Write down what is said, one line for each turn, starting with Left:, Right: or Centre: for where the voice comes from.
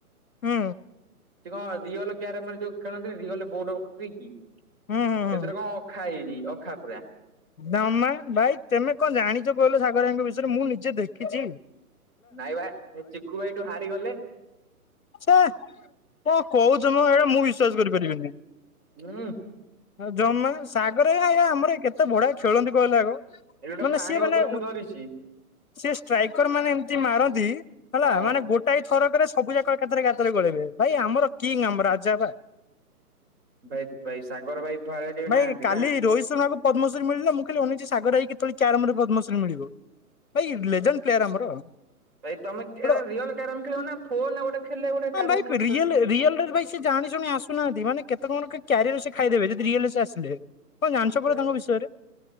Left: ହୁଁ।
Right: ସେ କଣ ରିଅଲ କ୍ୟାରମରେ ଯୋଉ ଖେଳନ୍ତିନି ରିଅଲ୍ ବୋଡ୍ ପକେଇକି ସେଥିରେ
Left: ହୁଁ ହୁଁ ହୁଁ।
Right: କଣ ଅଖା ହେଇଯାଇଚି ଅଖା ପୁରା।
Left: ଜମା ଭାଇ ତେମେ କଣ ଜାଣିଚ କହିଲ ସାଗର ଭାଇ ଙ୍କ ବିଷୟରେ ମୁଁ ନିଜେ ଦେଖିଚି।
Right: ନାଇଁ ବା ଚିକୁ ଭାଇଠୁ ହାରିଗଲେ।
Left: ଛେ କଣ କହୁଚ ମ ଏଟା ମୁଁ ବିଶ୍ଵାସ କରିପାରିବିନି।
Right: ହୁଁ
Left: ଜମା ସାଗର ଭାଇ ଆଜ୍ଞା ଆମର କେତେ ବଢିଆ ଖେଳନ୍ତି କହିଲେ ଆଗ।
Right: ଏଠି ଗୋଟେ
Left: ମାନେ
Right: ପାଣି
Left: ସିଏ
Right: ବୋତଲ
Left: ମାନେ
Right: ମୁଁ ଧରିଛି
Left: ସେ ଷ୍ଟ୍ରାଇକର ମାନେ ଏମତି ମାରନ୍ତି ହେଲା
Right: ହଁ
Left: ମାନେ ଗୋଟାଏ ଥରକରେ ସବୁ ଯାକ ଏକାଥରେ ଗାତ ରେ ଗଳେଇବେ। ଭାଇ ଆମର କିଙ୍ଗ ଆମର ରାଜା ପା।
Right: ଭାଇ ଭାଇ ସାଗର ଭାଇ ଭଳିଆ କେହି
Left: ଭାଇ
Right: ନାହାନ୍ତି ନା।
Left: <unintelligible> ପଦ୍ମଶ୍ରୀ ମିଳିଲା ମୁଁ ଖାଲି ଅନେଇଚି ସାଗର ଭାଇ କି କେତେବେଳେ କ୍ୟାରମ୍ ରେ ପଦ୍ମଶ୍ରୀ ମିଳିବ। ଭାଇ ଲେଜେଣ୍ଡ ପ୍ଲେୟାର ଆମର।
Right: ଭାଇ ତମେ
Left: ଗୋଟେ
Right: ଏରା
Left: ହଁ
Right: ରିଅଲ କ୍ୟାରମ୍ ଖେଳିବ ନା ଫୋନ ରେ ଖେଳିଲେ ଗୋଟେ ଗୋଟେ କାର
Left: ହଁ ଭାଇ <unintelligible>
Right: ଖାସ
Left: ରିଏଲେ। ରିଅଲ ରେ ଭାଇ ସେ ଜାଣି ଶୁଣି ଆସୁନାହାନ୍ତି। ମାନେ କେତେ କଣ କି କ୍ୟାରିଅର ସେ ଖାଇଦେବେ, ଯଦି ରିଏଲରେ ସେ ଆସିଲେ। କଣ ଜାଣିଛ
Right: <unintelligible>
Left: ପରା ତାଙ୍କ ବିଷୟରେ